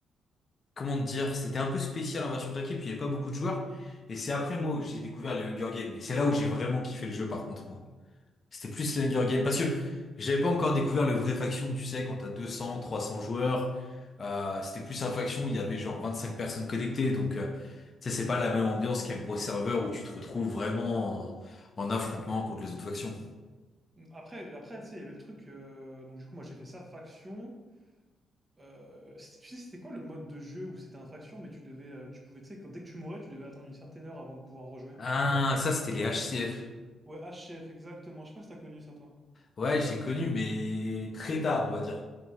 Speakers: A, on the left (about 45°); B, on the right (about 30°).
A: Comment te dire? C'était un peu spécial en version craquée, puis il n'y avait pas beaucoup de joueurs. Et c'est après moi que j'ai découvert les Hunger Games. Et c'est là où j'ai vraiment kiffé le jeu, par contre, moi. C'était plus les Hunger Games. Parce que j'avais pas encore découvert le vrai faction, tu sais, quand t'as deux cents, trois cents joueurs. Euh, c'était plus un faction où il y avait genre 25 personnes connectées. Donc, euh, tu sais, c'est pas la même ambiance qu'un gros serveur où tu te retrouves vraiment en, en affrontement contre les autres factions.
B: Après, après, tu sais, il y avait le truc. euh, donc du coup, moi, j'ai fait ça faction. Euh, c'est- tu sais, c'était quoi le mode de jeu où c'était un faction, mais tu devais, euh, tu pouvais, tu sais, quand- dès que tu mourais, tu devais attendre une certaine heure avant de pouvoir rejouer.
A: Ah, ça, c'était les HCF.
B: Ouais, H C F exactement. Je sais pas si t'as connu ça, toi.
A: Ouais, j'ai connu, mais très tard, on va dire.